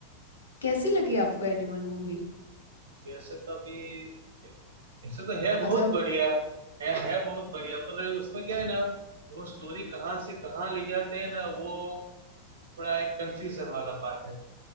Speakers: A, on the left; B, on the right.
A: कैसी लगी आपको एनिमल मूवी
B: वैसे तो अभी वैसे तो है बहुत
A: मतलब
B: बढ़िया है है बहुत बढ़िया पर उसमें क्या है ना वो स्टोरी कहाँ से कहाँ ले जाते हैं ना वो थोड़ा एक कंफ्यूजन वाला पार्ट है